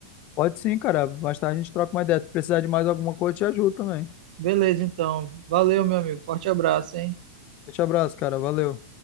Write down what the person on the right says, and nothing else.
Beleza, então. Valeu, meu amigo. Forte abraço, hein?